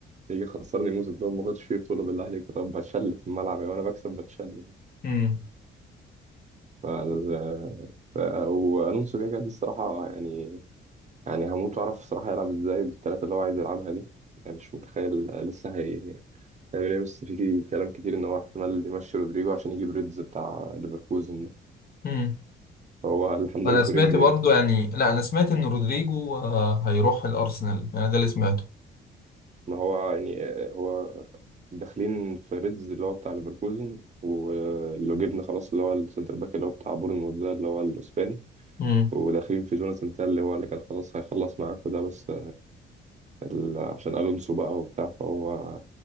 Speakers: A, on the right; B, on the left.
A: يجي يخسرني موسم ده ما خدتش فيه بطوله بالله عليك طب بتشل في الملعب يعني وانا بكسب بتشل
B: امم
A: فال... ف... والونسو كده كده دي الصراحه يعني يعني هموت واعرف الصراحه يلعب ازاي بالثلاثه اللي هو عايز يلعبها دي يعني مش متخيل لسه هي هيعمل ايه بس في كلام كتير ان هو احتمال يمشي رودريجو عشان يجيب ريدز بتاع ليفركوزن ده.
B: امم
A: هو الحمد
B: انا
A: لله بيريز
B: سمعت
A: ايه
B: برضو يعني لا انا سمعت ان رودريجو آه، هيروح الارسنال انا ده اللي سمعته
A: ما هو يعني هو داخلين في ريدز اللي هو بتاع ليفركوزن ولو جبنا خلاص اللي هو السنتر باك اللي هو بتاع بورنموث ده اللي هو الاسباني
B: امم
A: وداخلين في جوناثان تال اللي هو اللي كان خلاص هيخلص معاكوا ده بس ال- عشان الونسو بقى وبتاع فهو